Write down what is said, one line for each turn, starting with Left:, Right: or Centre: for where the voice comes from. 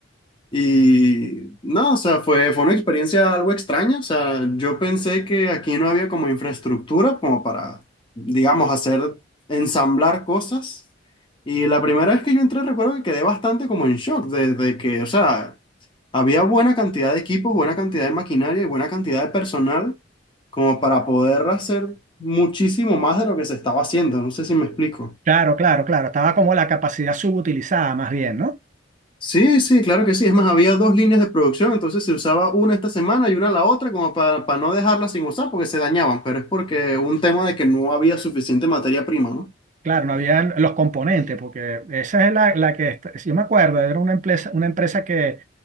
Left: Y no, o sea, fue, fue una experiencia algo extraña. O sea, yo pensé que aquí no había como infraestructura como para, digamos, hacer ensamblar cosas. Y la primera vez que yo entré recuerdo que quedé bastante como en shock desde que, o sea, había buena cantidad de equipos, buena cantidad de maquinaria y buena cantidad de personal como para poder hacer muchísimo más de lo que se estaba haciendo. No sé si me explico.
Right: Claro, claro, claro. Estaba como la capacidad subutilizada más bien, ¿no?
Left: Sí, sí, claro que sí. Es más, había dos líneas de producción, entonces se usaba una esta semana y una la otra como para, para no dejarlas sin usar porque se dañaban, pero es porque un tema de que no había suficiente materia prima, ¿no?
Right: Claro, no habían los componentes, porque esa es la, la que, está- si yo me acuerdo, era una empresa, una empresa que,